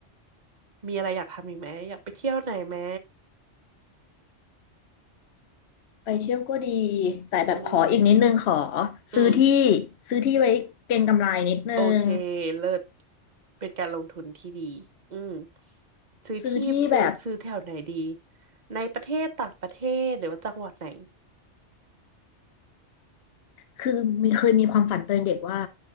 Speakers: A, on the right (about 40°); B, on the left (about 65°).
A: มีอะไรอยากทำอีกไหมอยากไปเที่ยวไหนไหม
B: ไปเที่ยวก็ดีแต่แบบขออีกนิดนึงขอ
A: อืมอืม
B: ซื้อที่ซื้อที่ไว้เก็งกำไรนิดนึง
A: โอเคเลิศเป็นการลงทุนที่ดีอืมซื้อที่ซื้อซื้อแถวไหนดี
B: ซื้อที่แบบ
A: ในประเทศต่างประเทศหรือว่าจังหวัดไหน
B: คือมีเคยมีความฝันตอนเด็กว่า